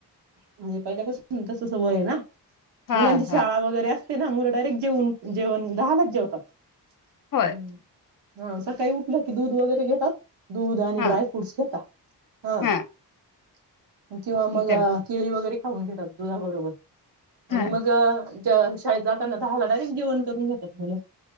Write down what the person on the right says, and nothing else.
म्हणजे पहिल्यापासून तस सवय ना
मुलांची शाळा
वगैरे ते ना मुलं डायरेक्ट जेऊन जेवण दहालाच जेवतात.
हम्म हा सकाळी उठलं कि दूध वगैरे घेत दूध आणि
ड्रायफ्रूट्स घेता हं
किंवा मग
केळी वगैरे खाऊन घेतात. तुझ बरोबर
आणि मग शाळेत जातांना दहाला डायरेक्ट जेवण करून घेतात मुलं